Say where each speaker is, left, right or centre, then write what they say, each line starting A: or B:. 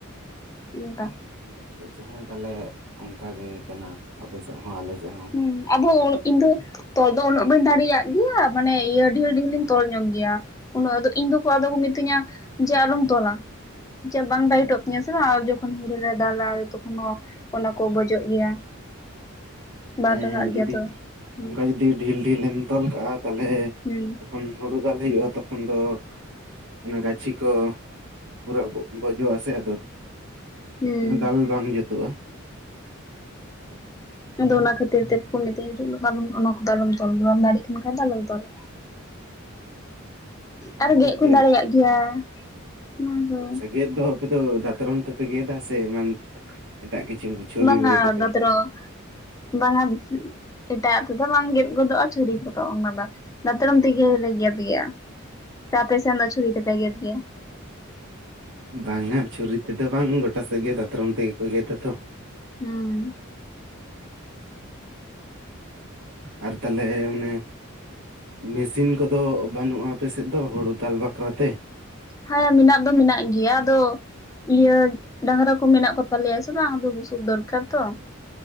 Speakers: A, on the left; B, on the right.
A: ᱩᱱᱠᱟ
B: ᱟᱪᱪᱷᱟ ᱪᱷᱟ ᱦᱮᱸ ᱛᱟᱦᱚᱞᱮ ᱚᱱᱠᱟ ᱜᱮ ᱠᱟᱱᱟ ᱟᱯᱮ ᱥᱮᱫ ᱦᱚᱸ ᱟᱞᱮ ᱥᱮᱫ ᱦᱚᱸ
A: ᱦᱩ ᱟᱫᱚ ᱤᱧ ᱫᱚ ᱛᱚᱞ ᱫᱚ ᱩᱱᱟᱹᱜ ᱵᱟᱹᱧ ᱫᱟᱲᱮᱭᱟᱜ ᱜᱮᱭᱟ ᱢᱟᱱᱮ ᱤᱭᱟᱹ ᱰᱷᱮᱠ ᱰᱷᱮᱞ ᱞᱤᱧ ᱛᱚᱞ ᱧᱚᱜ ᱜᱮᱭᱟ ᱩᱱᱟᱹᱜ ᱤᱧ ᱫᱚ ᱟᱫᱚ ᱠᱚ ᱢᱤᱛᱟᱹᱧᱟ ᱡᱮ ᱟᱞᱚᱢ ᱛᱚᱞᱟ ᱡᱮ ᱵᱟᱝ ᱰᱟᱭᱤᱴᱚᱜ ᱟᱨ ᱥᱮ ᱵᱟᱝ ᱟᱫᱚ ᱡᱚᱠᱷᱚᱱ ᱦᱳᱲᱳ ᱨᱮ ᱫᱟᱞᱟᱭ ᱛᱚᱠᱷᱚᱱ ᱦᱚᱸ ᱚᱱᱟ ᱠᱚ ᱵᱚᱡᱚᱜ ᱜᱮᱭᱟ ᱵᱟᱝ
B: ᱦᱮᱸ
A: ᱴᱟᱨᱦᱟᱜ
B: ᱦᱮᱸ
A: ᱜᱮᱭᱟ
B: ᱡᱩᱫᱤ
A: ᱛᱚ ᱦᱩᱸ
B: ᱚᱱᱠᱟ ᱡᱩᱫᱤ ᱰᱷᱤᱞ ᱰᱷᱤᱞ ᱞᱮᱢ ᱛᱚᱞ ᱠᱟᱜᱼᱟ ᱛᱟᱦᱚᱞᱮ
A: ᱦᱩᱸ
B: ᱠᱷᱚᱱ ᱦᱳᱲᱩ ᱫᱟᱞ ᱦᱩᱭᱩᱜᱼᱟ ᱛᱚᱠᱷᱚᱱ ᱫᱚ ᱚᱱᱟ ᱜᱟᱹᱪᱷᱤ ᱠᱚ ᱯᱩᱨᱟᱹ ᱵᱚᱡᱚᱜ ᱟᱥᱮ ᱟᱫᱚ
A: ᱦᱩᱸ
B: ᱫᱟᱞ ᱵᱟᱝ ᱡᱩᱛᱩᱜᱼᱟ
A: ᱦᱮᱸ ᱫᱱᱟ ᱠᱷᱟᱹᱛᱤᱨ ᱛᱮ ᱠᱩ ᱢᱤᱫᱟᱧᱟᱹ ᱩᱱᱟᱜ ᱫᱚ ᱚᱱᱟ ᱠᱚᱫᱚ ᱟᱞᱚᱢ ᱫᱚᱞᱟ ᱵᱟᱢ ᱫᱟᱲᱮᱜᱭᱟᱜ ᱠᱟᱱ ᱠᱷᱟᱱ ᱫᱚ ᱟᱞᱚᱢ ᱫᱚᱞᱟ ᱟᱨ
B: ᱚᱱᱠᱟ
A: ᱜᱮᱫ ᱠᱚᱧ
B: ᱪᱮᱫ
A: ᱫᱟᱲᱮᱭᱟᱜ ᱜᱮᱭᱟ ᱚᱱᱟ ᱫᱚ
B: ᱟᱪᱪᱷᱟ ᱜᱮᱫ ᱫᱚ ᱟᱯᱮ ᱫᱚ ᱫᱟᱛᱨᱚᱢ ᱛᱮᱯᱮ ᱜᱮᱫᱟ ᱥᱮ ᱮᱢᱟᱱ ᱮᱴᱟᱜ ᱠᱤᱪᱷᱩ? ᱪᱷᱩᱨᱤ
A: ᱵᱟᱝᱟ
B: ᱵᱩᱨᱤ ᱠᱚᱛᱮ?
A: ᱫᱟᱛᱨᱚᱢ ᱵᱟᱝᱟ ᱮᱴᱟᱜ ᱛᱮᱫᱚ ᱵᱟᱝ ᱜᱮᱫ ᱜᱚᱫᱚᱜᱼᱟ ᱪᱷᱩᱨᱤ ᱠᱚᱫᱚ ᱚᱱᱟ ᱠᱚᱫᱚ ᱫᱟᱛᱨᱚᱢ ᱛᱮᱜᱮᱞᱮ ᱜᱮᱫ ᱜᱮᱭᱟ ᱥᱮ ᱯᱮ ᱥᱮᱱ ᱫᱚ ᱪᱷᱩᱨᱤ ᱛᱮ ᱯᱮ ᱜᱮᱫ ᱜᱮᱭᱟ?
B: ᱵᱟᱝᱟ ᱪᱷᱩᱨᱤ ᱛᱮᱫᱚ ᱵᱟᱝ ᱜᱚᱴᱟ ᱥᱮᱫ ᱜᱮ ᱫᱟᱛᱨᱚᱢ ᱛᱮᱜᱮ ᱠᱚ ᱜᱮᱫᱟ ᱛᱚ᱾
A: ᱦᱩᱸ᱾
B: ᱟᱨ ᱛᱟᱞᱦᱮ ᱢᱟᱱᱮ ᱢᱮᱥᱤᱱ ᱠᱚᱫᱚ ᱵᱟᱹᱱᱩᱜᱼᱟ ᱟᱯᱮ ᱥᱮᱫ ᱫᱚ ᱦᱩᱲᱩ ᱫᱟᱞ ᱵᱟᱠᱷᱨᱟᱛᱮ?
A: ᱦᱮᱸ ᱢᱮᱱᱟᱜ ᱫᱚ ᱢᱮᱱᱟᱜ ᱜᱮᱭᱟ ᱟᱫᱚ ᱤᱭᱟᱹ ᱰᱟᱝᱨᱟ ᱠᱚ ᱢᱮᱱᱟᱜ ᱠᱚᱛᱟᱞᱮᱭᱟ ᱥᱮ ᱵᱟᱝ ᱟᱫᱚ ᱵᱩᱥᱩᱵ ᱫᱚᱨᱠᱟᱨ ᱛᱚ᱾